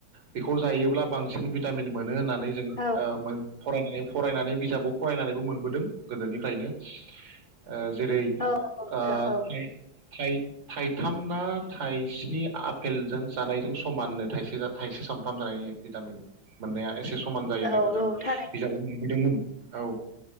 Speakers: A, on the right (about 75°); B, on the left (about 40°).
A: बेखौ जायोब्ला बांसिन भिटामिन मोन मोनो होननानै जों
B: औ
A: ओ फरायनानै फरायनानै बिजाबाव फरायनानैबो मोनबोदों गोदोनिफ्रायनो ओ जेरै ओ
B: नंगौ नोंथां औ
A: थाइ थाइ थाइथाम
B: बिदि
A: ना थाइस्नि आपेलजों जानायजों समाननो थाइसे सामफ्राम जानायनि भिटामिन मोननाया एसे समान जायो होननायखौ
B: औ
A: जों
B: औ थारैनो
A: बिजाबाव मोनबोदोंमोन औ।